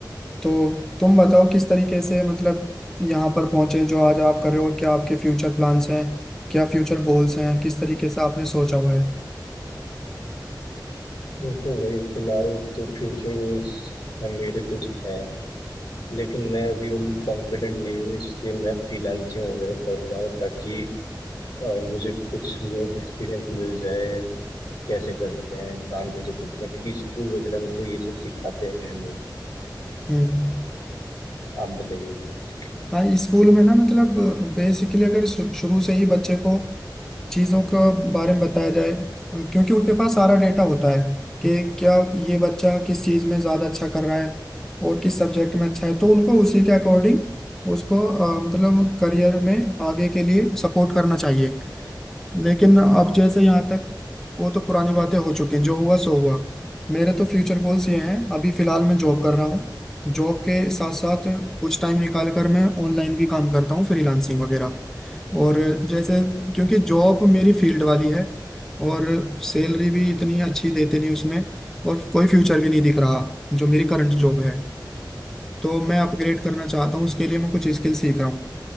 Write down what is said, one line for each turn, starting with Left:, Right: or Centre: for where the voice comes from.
Centre: तो तुम बताओ किस तरीके से मतलब यहाँ पर पहुंचे जो आज आप कर रहे हो और क्या आपके फ्यूचर प्लान्स हैं क्या फ्यूचर गोल्स हैं किस तरीके से आपने सोचा हुआ है
Left: मैं तो वही फिलहाल तो फ्यूचर गोल्स मेरे कुछ हैं लेकिन मैं अभी उनमें कॉन्फिडेंट नहीं हूँ इसलिए मैं फ्रीलांसिंग वगैरह कर रहा हूँ ताकि अ, मुझे कुछ वर्क एक्सपीरियंस मिल जाए कैसे करते हैं काम कैसे करते हैं क्योंकि स्कूल वगैरह में तो ये सब सिखाते हैं नहीं
Centre: हम्म
Left: आप बताइए
Centre: हाँ स्कूल में ना मतलब बेसिकली अगर शु- शुरू से ही बच्चे को चीज़ों के बारे में बताया जाए क्योंकि उनके पास सारा डेटा होता है कि क्या ये बच्चा किस चीज़ में ज़्यादा अच्छा कर रहा है और किस सब्जेक्ट में अच्छा है तो उनको उसी के अकॉर्डिंग उसको अ, मतलब करियर में आगे के लिए सपोर्ट करना चाहिए लेकिन अब जैसे यहाँ तक वो तो पुरानी बातें हो चुकी हैं जो हुआ सो हुआ मेरे तो फ्यूचर गोल्स ये हैं अभी फिलहाल मैं जॉब कर रहा हूँ जॉब के साथ साथ कुछ टाइम निकाल कर मैं ऑनलाइन भी काम करता हूँ फ्रीलांसिंग वगैरह और जैसे क्योंकि जॉब मेरी फील्ड वाली है और सैलरी भी इतनी अच्छी देते नहीं उसमें और कोई फ्यूचर भी नहीं दिख रहा जो मेरी करंट जॉब है तो मैं अपग्रेड करना चाहता हूँ उसके लिए मैं कुछ स्किल सीख रहा हूँ